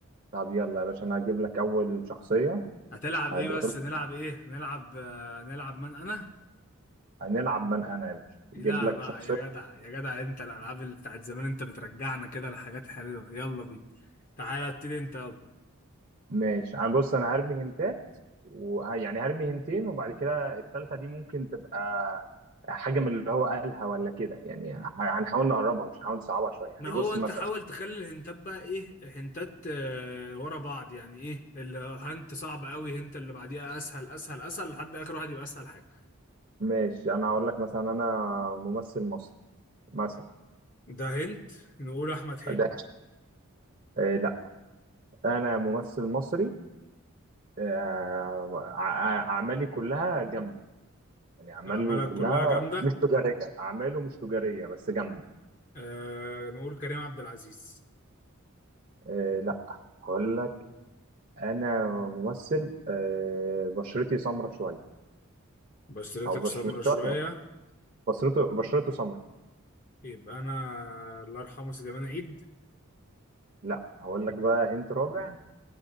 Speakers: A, on the right; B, on the left.
A: طب يلا يا باشا انا هجيب لك اول شخصية
B: هتلعب
A: هنقول
B: ايه بس نلعب ايه نلعب آه، نلعب من انا
A: هنلعب من انا يا باشا
B: لا
A: اجيب لك
B: بقى
A: شخصية
B: يا جدع يا جدع انت الالعاب اللي بتاعت زمان انت بترجعنا كده لحاجات حلوة يلا بينا تعالى ابتدي انت يلا
A: ماشي انا بص انا هرمي هنتات وه... يعني هرمي هنتين وبعد كده التالتة دي ممكن تبقى حاجة من اللي هو قالها ولا كده يعني هنحاول نقربها مش هنحاول نصعبها شوية يعني
B: ما هو
A: بص
B: انت
A: مثلا
B: حاول تخلي الهنتات بقى ايه هنتات آه، ورا بعض يعني ايه الهنت صعب قوي هنت اللي بعديها اسهل اسهل اسهل لحد اخر واحد يبقى اسهل حاجة
A: ماشي انا هقول لك مثلا انا ممثل مصري مثلا
B: ده هنت نقول احمد حلمي
A: ده آه لا انا ممثل مصري آه ع- ع- اعمالي كلها جامده يعني اعماله
B: اعمالك
A: كلها
B: كلها جامده
A: مش تجاريه اعماله مش تجاريه بس جامده
B: أه نقول كريم عبد العزيز
A: آه لا هقول لك انا ممثل آه بشرتي سمرة شويه
B: بشرتك
A: او بش
B: سمرة
A: مش
B: شويه
A: شويه بشرته بشرته سمرة
B: يبقى انا الله يرحمه سليمان عيد
A: لا هقول لك بقى هنت رابع